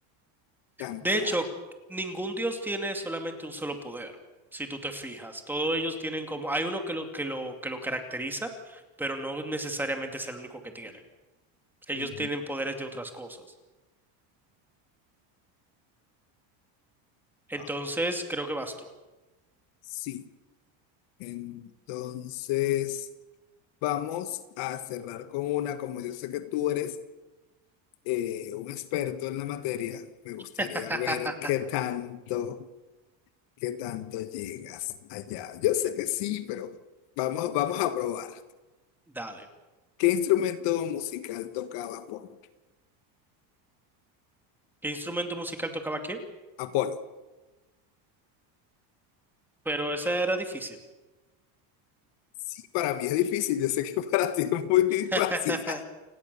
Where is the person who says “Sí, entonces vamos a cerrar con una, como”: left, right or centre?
Left